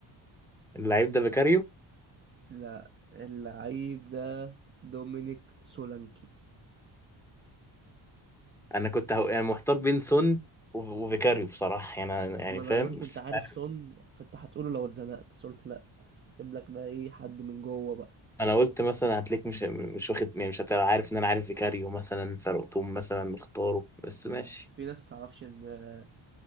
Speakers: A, in the centre; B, on the right (about 25°).
A: اللعيب ده فيكاريو
B: لا اللعيب ده دومينيك سولانكي
A: انا كنت هو... يعني محتار بين سون و- وفيكاريو بصراحه يعني أنا- يعني
B: ما انا
A: فاهم
B: قلت
A: بس
B: انت عارف
A: مش عارف
B: سون فانت هتقوله لو اتزنقت بس قلت لا جيب لك بقى ايه حد من جوه بقى
A: انا قلت مثلا هتلاقيك مش مش واخد يعني مش هتبقى عارف ان انا عارف فيكاريو مثلا فرقتهم مثلا مختاره بس ماشي
B: بس في ناس بتعرفش ان آه،